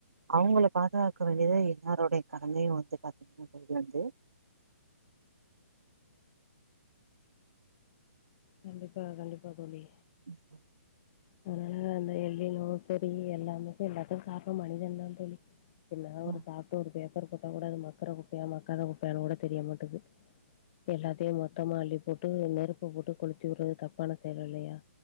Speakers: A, on the right; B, on the left.
A: அவுங்கள பாதுகாக்க வேண்டியது எல்லாரோடைய கடமையு வந்து பாத்தீங்கன்னா தோழி வந்து
B: கண்டிப்பாக கண்டிப்பா தோழி
A: ம் ம்
B: அதனால அந்த எள்ளிலோ சரி எல்லாமுக்கோ எல்லாத்துக்கு காரணோ மனிதன்தா தோழி சின்னதா
A: ஆமா
B: ஒரு சாப்ட்டு ஒரு பேப்பர் போட்டாக் கூட அது மக்குற குப்பையா மக்காத குப்பையான்னு கூட தெரிய மாட்டக்கு எல்லாத்தையு மொத்தமா அள்ளி போட்டு நெருப்ப போட்டு கொளுத்திவுட்றது தப்பான செயல் இல்லையா